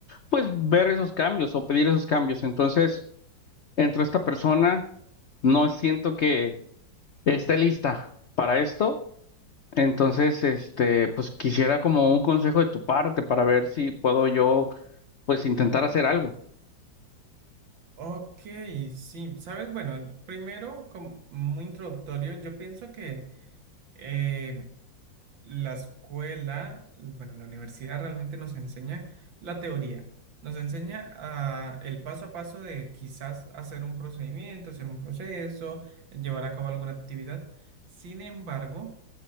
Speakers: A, on the left; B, on the right.
A: pues, ver esos cambios o pedir esos cambios. Entonces, entre esta persona, no siento que esté lista para esto. Entonces, este, pues quisiera como un consejo de tu parte para ver si puedo yo, pues, intentar hacer algo.
B: Ok, sí, sabes, bueno, primero, como muy introductorio, yo pienso que eh, La escuela, bueno, la universidad realmente nos enseña la teoría, nos enseña ah, el paso a paso de quizás hacer un procedimiento, hacer un proceso, llevar a cabo alguna actividad. Sin embargo,